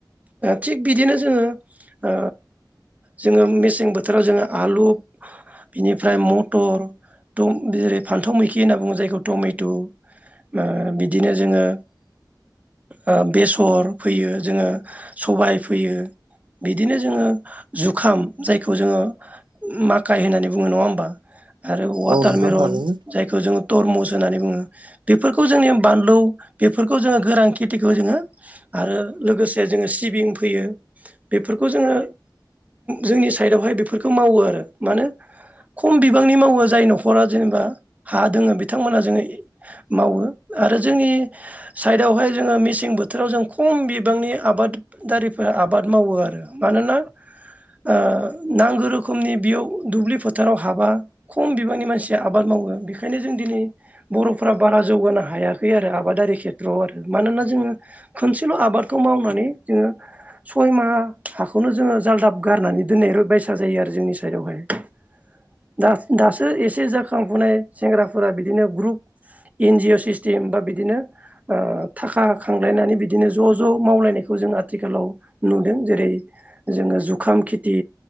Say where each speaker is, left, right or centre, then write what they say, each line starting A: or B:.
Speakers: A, on the right; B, on the right.
A: थिग बिदिनो जोङो ओ जोङो मेसें बोथोराव जोङो आलु बिनिफ्राय मथर जेरै फान्थाव मैखि होनना बुङो जायखौ टमेट। ओ बिदिनो जोङो ओ बेसर फैयो जोङो सबाय फोयो बिदिनो जोङो जुखाम जायखौ जोङो माखाइ होननानै बुङो नङा होमबा? आरो वाटार
B: औ नोंथां
A: मेरन
B: थारैनो
A: जायखौ जोंङो थरमुस होननानै बुङो। बेफोरखौ जोंनि बानलु बेफोरखौ जोङो गोरान खेथिखौ जोङो आरो लोगोसे जोङो सिबिं फैयो बेफोरखौ जोङो जोंनि साइदावहाय बेफोरखौ मावो आरो मानो खम बिबांनि मावो जाय न'खरा जेनेबा हा दोङो बिथांमोनहा जोङो मावो आरो जोंनि साइडआवहाय जोङो मेसें बोथोराव जों खम बिबांनि आबादारिफोरा आबाद मावो आरो मानोना ओ नांगौ रोखोमनि बेयाव दुब्लि फोथाराव हाबा खम बिबांनि मानसिया आबाद मावो बेखायनो जों दिनै बर' फुरा बारा जौगानो हायाखै आरो आबादारि खेथ्रआव आरो मानोना जोङो खनसेल' आबादखौ मावनानै जोङो सय माहा हाखौनो जोङो जालदाब गारनानै दोननाय बायसा जायो आरो जोंनि साइदआवहाय दास दासो एसे जाखांफुनाय सोरबा सोरबा बिदिनो ग्लुब एन जि अ सिस्टीम बा बिदिनो ओ थाखा खांलायनानै बिदिनो ज' ज' मावलायनायखौ जों आथिखालाव नुदों जेरै जोङो जुखाम खेथि